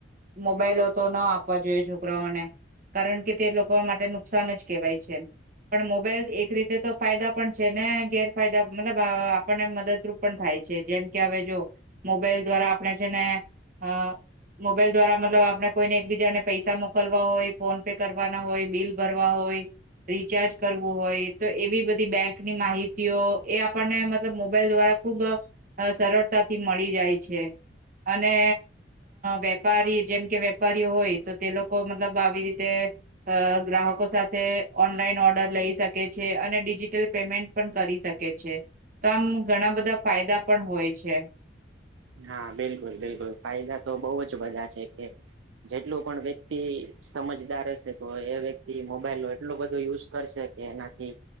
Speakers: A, on the right; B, on the right.
A: મોબાઈલો તો ન આપવા જોઈએ છોકરાઓને કારણ કે તે લોકો માટે નુકસાન જ કેહેવાય છે એ પણ મોબાઈલ એક રીતે તો ફાયદા પણ છે ને ગેરફાયદા મતલબ આપણને મદદરૂપ પણ થાય છે જેમ કે હવે જો મોબાઈલ દ્વારા આપણે જેને અ મોબાઈલ દ્વારા મતલબ આપણે કોઈને એકબીજાને પૈસા મોકલવા હોય ફોન પે કરવાના હોય બિલ ભરવા હોય રિચાર્જ કરવું હોય તો એવી બધી બેંકની માહિતીઓ એ આપણને મતલબ મોબાઈલ દ્વારા ખુબ સરળતાથી મળી જાય છે અને વેપારી જેમ કે વેપારીઓ હોય તો તે લોકો મતલબ આવી રીતે અ ગ્રાહકો સાથે ઓનલાઈન ઓર્ડર લઈ શકે છે અને ડિજિટલ પેમેન્ટ પણ કરી શકે છે તો આમ ઘણા બધા ફાયદા પણ હોય છે
B: હા બિલકુલ બિલકુલ ફાયદા તો બઉુ જ બધા છે કે જેટલું પણ વ્યક્તિ સમજદાર હશે તો એ વ્યક્તિ મોબાઈલ ન એટલોું બધો યુઝ કરશે કે એનાથી